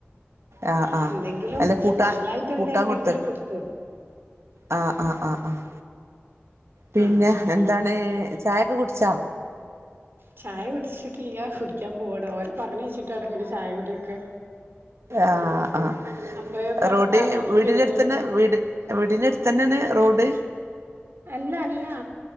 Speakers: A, on the right; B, on the right.
A: ആഹ് ആഹ്
B: എന്തെങ്കിലും
A: അല്ല കൂട്ടാൻ
B: സ്പെഷ്യലായിട്ട് എന്തേണ്ടെങ്കില്
A: കൂട്ടാൻ കൊടുത്തയക്ക്
B: കൊടുത്തു വിടും.
A: ആഹ് ആഹ് ആഹ് ആഹ് പിന്നെ
B: ആഹ്
A: എന്താണ് ചായ ഒക്കെ കുടിച്ചോ?
B: ചായ കുടിച്ചിട്ടില്ല കുടിക്കാൻ പോണ്, ഓരെ പറഞ്ഞുയച്ചിട്ടാണ് പിന്നെ ചായ കുടിയൊക്കെ.
A: ആഹ് ആഹ്
B: അപ്പോഴേക്കും അടുത്ത
A: റോഡ്
B: ആള് എണീറ്റ്
A: വീടിന്റെ
B: വരും
A: അടുത്ത് തന്നെ വീട്. വീടിന്റെ അടുത്ത് തന്നെയാണ് റോഡ്.
B: അല്ല അല്ല